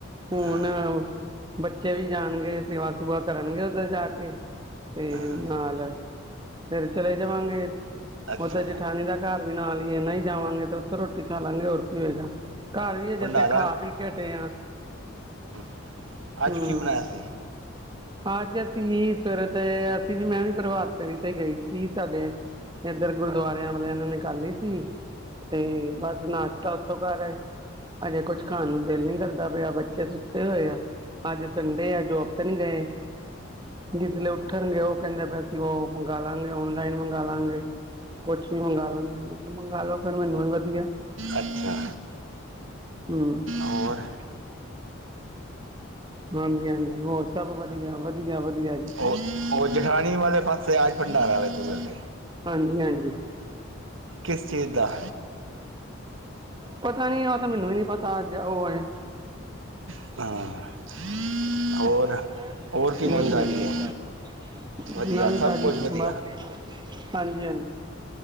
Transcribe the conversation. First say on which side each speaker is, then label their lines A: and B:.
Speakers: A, on the right; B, on the right.
A: ਹੁਣ
B: ਹਾਂ
A: ਬੱਚੇ ਵੀ ਜਾਣਗੇ, ਸੇਵਾ ਸੁਵਾ ਕਰਨਗੇ ਓਦਰ ਜਾ ਕੇ ਤੇ
B: ਹਾਂ
A: ਨਾਲ ਫਿਰ ਚਲੇ ਜਾਵਾਂਗੇ,
B: ਅੱਛਾ
A: ਓਦਰ ਜਠਾਣੀ ਦਾ ਘਰ ਵੀ ਨਾਲ ਈ ਐ ਨਹੀਂ ਜਾਵਾਂਗੇ ਤੇ ਉੱਥੋ ਰੋਟੀ ਖਾ ਲਾਗੇ ਹੋਰ ਕੀ ਹੋਏਗਾ ਘਰ ਵੀ ਐ
B: ਭੰਡਾਰਾ
A: ਜਿੱਥੇ ਖਾ ਪੀ ਹੇਟੇ ਆ
B: <inaudible> ਅੱਜ
A: ਹੂੰ
B: ਕੀ ਬਣਾਇਆ ਸੀ?
A: ਅੱਜ ਅਸੀਂ ਸਵੇਰੇ ਤੇ ਅਸੀਂ ਵੀ ਮੈਂ ਵੀ ਪ੍ਰਭਾਤ ਫੇਰੀ ਤੇ ਗਈ ਸੀ ਸਾਡੇ ਐਧਰ ਗੁਰਦਬਾਰਿਆਂ ਵਾਲਿਆਂ ਨੇ ਨਿਕਾਲੀ ਸੀ ਤੇ ਬਸ ਨਾਸ਼ਤਾ ਉੱਥੋਂ ਘਰ ਆਏ, ਅਜੇ ਕੁੱਛ ਖਾਣ ਨੂੰ ਦਿਲ ਨੀ ਕਰਦਾ ਪਿਆ ਬੱਚੇ ਤੇ ਹੋਏ ਆ ਅੱਜ ਸੰਡੇ ਐ ਜੋਬ ਤੇ ਨੀ ਗਏ। ਜਿਸ ਲੇ ਉੱਠਣ ਗਏ ਓ- ਕਹਿੰਦੇ ਵੀ ਅਸੀਂ ਓਹ ਮੰਗਾਲਾਂਗੇ ਓਨਲਾਈਨ ਮੰਗਾਲਾਂਗੇ ਕੁਛ ਮੰਗਾਲਾਂਗੇ ਮੈਂ ਕਿਹਾ ਮੰਗਾ ਲੋ ਫਿਰ ਮੈਨੂੰ ਹੀ ਵਧੀਆ
B: ਅੱਛਾ
A: ਹੂੰ
B: ਹੋਰ <unintelligible>
A: ਹਾਂਜੀ-ਹਾਂਜੀ ਹੋਰ ਸਭ ਵਧੀਆ-ਵਧੀਆ- ਵਧੀਆ ਜੀ
B: <inaudible> ਉਹ-ਉਹ ਜਠਾਣੀ ਵਾਲੇ ਪਾਸੇ ਆਜ ਭੰਡਾਰਾ ਵ ਤੁਹਾਡੇ
A: ਜੀ ਹਾਂਜੀ
B: ਕਿਸ ਚੀਜ਼ ਦਾ
A: ਪਤਾ ਨੀ ਆ ਤਾਂ ਮੈਨੂੰ ਵੀ ਨੀ ਪਤਾ ਅੱਜ ਓ ਆ।
B: <inaudible> <inaudible> ਹੋਰ
A: <inaudible>
B: ਹੋਰ ਕੀ ਨਵੀਂ
A: ਵਧੀਆ
B: ਤਾਜੀ
A: <inaudible>
B: ਹੈ ਵਧੀਆ
A: ਨਵੀਂ ਤਾਜ਼ੀ
B: ਸਭ ਕੁਝ ਵਧੀਆ
A: ਬਸ ਹਾਂਜੀ-ਹਾਂਜੀ।